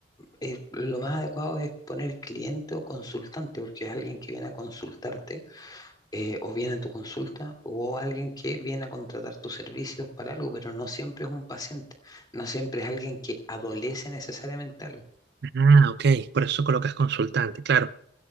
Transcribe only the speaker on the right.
Ah, ok, por eso colocas consultante, claro,